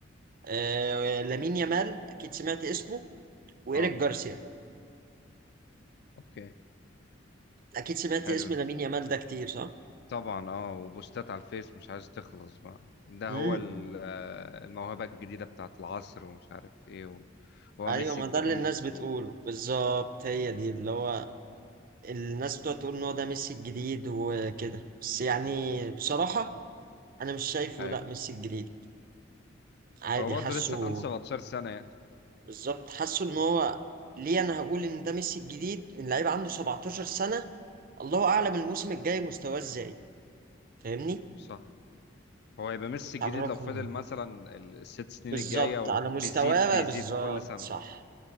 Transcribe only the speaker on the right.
آه، لامين يامال اكيد سمعت اسمه وايريك
جارسيا
اكيد سمعت
اسم
لامين يامال ده كتير صح؟
امم
ايوه
ما
ده اللي الناس بتقوله
بالظبط هي دي اللي هو الناس بتقعد تقول ان هو ده ميسي الجديد وكده بس يعني بصراحة انا مش شايفه
لا ميسي الجديد عادي
حاسه
بالظبط حاسه ان هو ليه انا هقول ان ده ميسي الجديد من لعيب عنده 17 سنة الله اعلم الموسم الجاي مستواه ازاي فاهمني
مش
عرفني
بالظبط
على مستواه بقى
بالظبط
صح